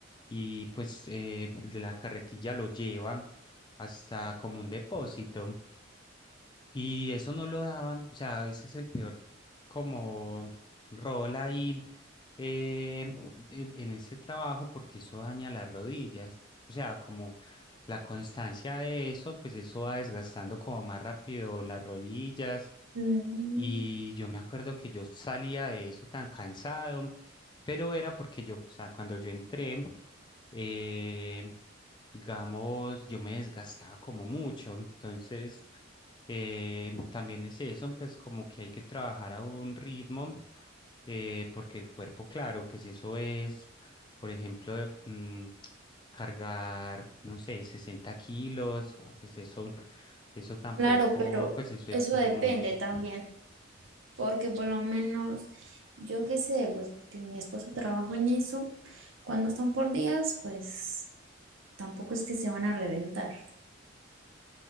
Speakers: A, on the left (about 25°); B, on the right (about 75°).
A: y pues eh, el de la carretilla lo lleva hasta como un depósito. Y eso no lo daban, o sea, ese es el peor como rol ahí eh, en, en ese trabajo porque eso daña las rodillas. O sea, como la constancia de eso, pues eso va desgastando como más rápido las rodillas.
B: Mm,
A: Y yo me acuerdo que yo salía de eso tan cansado, pero era porque yo, o sea, cuando yo entré, eh, digamos, yo me desgastaba como mucho. Entonces... Eh, también es eso, pues como que hay que trabajar a un ritmo, eh, porque el cuerpo, claro, pues eso es, por ejemplo, de- mm, cargar, no sé, 60 kilos, pues eso, <laughs> eso tampoco,
B: Claro, pero
A: pues eso
B: eso
A: exige
B: depende
A: mucho.
B: también, porque por lo menos yo qué sé, pues porque mi esposo trabaja en eso, cuando están por días, pues tampoco es que se van a reventar.